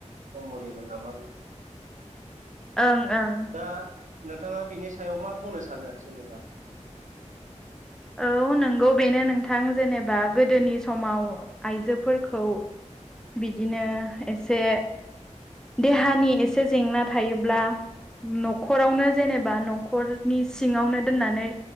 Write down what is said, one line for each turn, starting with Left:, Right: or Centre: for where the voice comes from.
Right: ब्रह्मनिमोन नामा
Centre: ओं ओं।
Right: दा नोंथाङा बिनि सायाव मा बुंनो सानो जेनेबा?
Centre: औ नंगौ बेनो नोंथां जेनेबा गोदोनि समाव आइजोफोरखौ बिदिनो एसे देहानि एसे जेंना थायोब्ला। न'खरावनो जेनेबा न'खरनि सिङावनो दोननानै